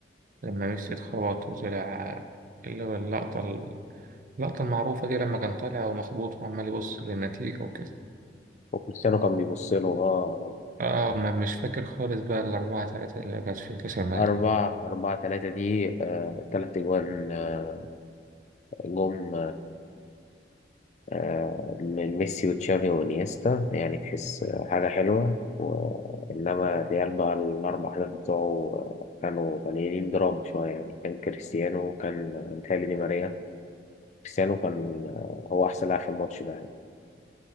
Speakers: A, on the right; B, on the left.
A: لما ميسي اتخبط وطلع اللي هو اللقطة اللقطة المعروفة دي لما كان طالع ومخبوط وعمال يبص للنتيجة وكده
B: وكريستيانو كان بيبص له أه
A: اه ما مش فاكر خالص بقى الأربعة تلاتة اللي كانت في كأس الملك
B: أربع أربعة تلاتة دي آه، تلات أجوان آه، جم آه، من ميسي وتشافي وانيستا يعني تحس آه، حاجة حلوة وإنما ريال بقى الأربع أهداف بتوعه آه، كانوا مليانين دراما شوية يعني كان كريستيانو كان آه، متهيألي دي ماريا كريستيانو كان آه، هو أحسن لاعب في الماتش ده يعني.